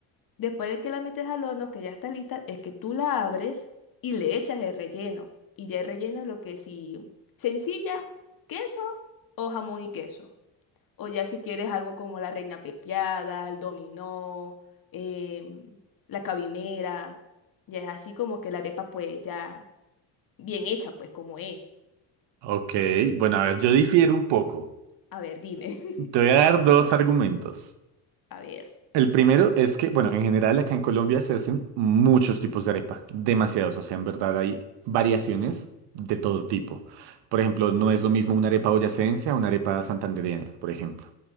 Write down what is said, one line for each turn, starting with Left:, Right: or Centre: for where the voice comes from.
Left: Después de que la metes al horno, que ya está lista, es que tú la abres y le echas el relleno. Y ya el relleno es lo que si sencilla, queso o jamón y queso. O ya si quieres algo como la reina pepiada, el dominó, em, la cabimera. Ya es así como que la arepa pues ya bien hecha pues como es.
Right: ok. Bueno, a ver, yo difiero un poco.
Left: A ver, dime. <laughs>
Right: Te voy a dar dos argumentos.
Left: A ver.
Right: El primero es que, bueno, en general acá en Colombia se hacen muchos tipos de arepa, demasiados. O sea, en verdad hay variaciones de todo tipo. Por ejemplo, no es lo mismo una arepa boyacense a una arepa santandereana, por ejemplo.